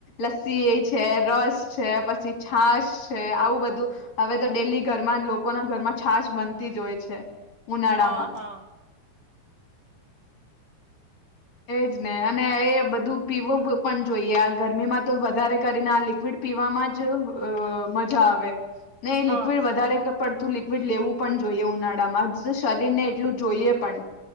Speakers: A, on the left; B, on the right.
A: લસ્સી એ છે, રસ છે, પછી છાશ છે, આવું બધું હવે તો ડેલી ઘરમાં લોકોના ઘરમાં છાશ બનતી જ હોય છે. ઉનાળામાં
B: હા હા.
A: એજ ને અને એ બધું પીવું પણ જોઈએ આ ગરમીમાં તો વધારે કરીને આ લિક્વિડ પીવામાં જ અ મજા આવે. નહી
B: હા
A: લિક્વિડ વધારે પડતું લિક્વિડ લેવું પણ જોઈએ ઉનાળામાં શરીર ને એટલું જોઈએ પણ